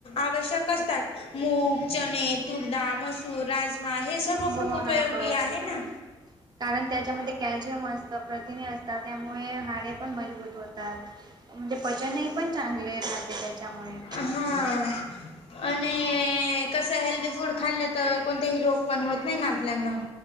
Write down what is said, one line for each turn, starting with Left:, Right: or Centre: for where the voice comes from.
Left: आवश्यक असतात. म चणे तूर डाळ मसूर राजमा हे सर्व खूप
Right: बराबर
Left: उपयोगी आहे. ना
Right: कारण त्याच्यामध्ये कॅल्शियम असत प्रथिने असतात. त्यामुळे हाडे पण मजबूत होतात. म्हणजे पचनही पण चांगले राहते त्याच्यामुळे
Left: हां आणि कसं हेल्दी फूड खाल्लं तर कोणतेही रोग पण होत नाही ना आपल्यान